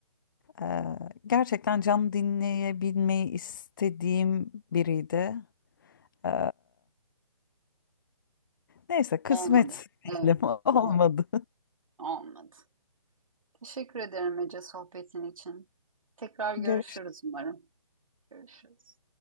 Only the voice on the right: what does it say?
Olmadı. Evet,
evet, olmadı. Teşekkür ederim Ece sohbetin için. Tekrar görüşürüz
umarım. Görüşürüz.